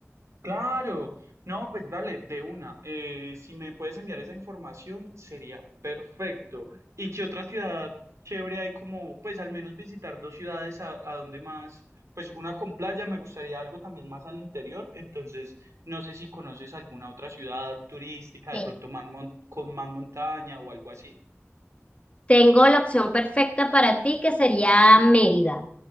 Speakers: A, on the right (about 75°); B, on the left (about 25°).
A: Claro, no, pues dale, de una. Eh, si me puedes enviar esa información, sería perfecto. ¿Y qué otra ciudad chévere hay como, pues al menos visitar dos ciudades a, a donde más, pues una con playa, me gustaría algo también más al interior, entonces no sé si conoces alguna otra ciudad turística,
B: Sí.
A: de pronto más mon- con más montaña o algo así.
B: Tengo la opción perfecta para ti que sería Mérida.